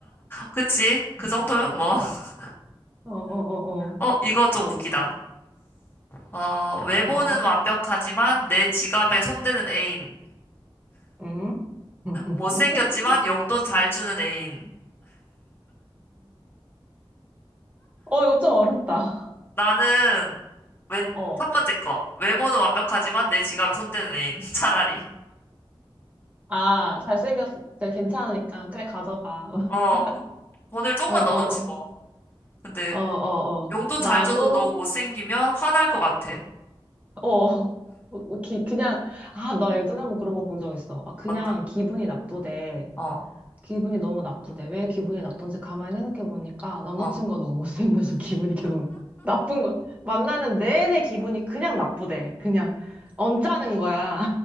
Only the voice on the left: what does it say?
그치? 그
정도면 뭐. <laughs>
어, 이거 좀 웃기다. 어, 외모는
완벽하지만 내 지갑에 손대는 애인.
못생겼지만 용돈 잘 주는 애인.
나는 웬,
첫 번째 거. 외모는 완벽하지만 내 지갑에 손대는 애인. <laughs> 차라리.
어,
그, 돈을 조금만
넣어놓지
뭐. 근데
용돈
잘 줘도 너무 못생기면 화날 것 같아.
어떤?
어,
어.